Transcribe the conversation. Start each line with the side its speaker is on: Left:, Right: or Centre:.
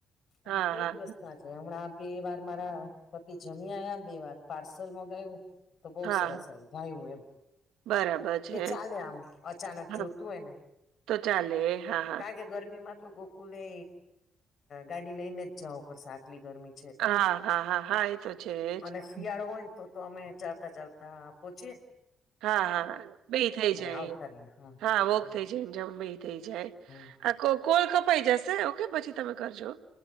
Left: અને
Right: હા
Left: કોઈ
Right: હા
Left: દિવસ ના હમણાં બે વાર મારા પતિ જમી આવ્યા, બે વાર પાર્સલ મંગાવ્યું તો બો
Right: હા
Left: સરસ આયવુ ભાવ્યુ એમ.
Right: બરાબર છે
Left: કે ચાલે આમ અચાનક
Right: હા
Left: જોતું હોયને
Right: તો ચાલે હા હા
Left: કારણ કે ગરમી માં તો ગોકુલે ગાડી લઈને જ જવું પડશે આટલી ગરમી છે એટલે
Right: હા હા હા હા એ તો છે
Left: અને
Right: જ
Left: શિયાળો હોયન તો-તો અમે ચાલતા-ચાલતા પહોંચીએ.
Right: હા, હા બેય થઈ જાય.
Left: આવતા રહીએ
Right: હા, વોક
Left: એવું.
Right: થઈ જાય, ને જમવેય થઈ જાય.
Left: હમ
Right: આ કો કોલ કપાઈ જશે, ઓકે પછી તમે કરજો.